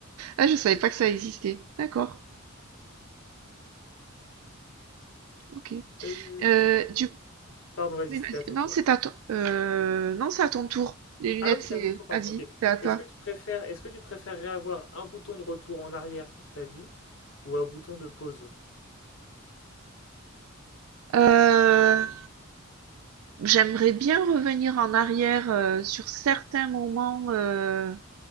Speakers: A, on the right (about 85°); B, on the left (about 65°).
A: Ah, je savais pas que ça existait. D'accord. OK.
B: Euh,
A: Heu,
B: tu...
A: du
B: Pardon, vas-y,
A: oui,
B: c'était
A: vas-y.
B: à ton
A: Non,
B: tour.
A: c'est à toi. Heu, non, c'est à ton tour. Les lunettes,
B: Ah oui,
A: c'est
B: c'est à mon tour, pardon.
A: vas-y,
B: Ok.
A: c'est à toi.
B: Est-ce que tu préfères, est-ce que tu préférerais avoir un bouton de retour en arrière pour ta vie ou un bouton de pause?
A: Heu, j'aimerais bien revenir en arrière, heu, sur certains moments, heu,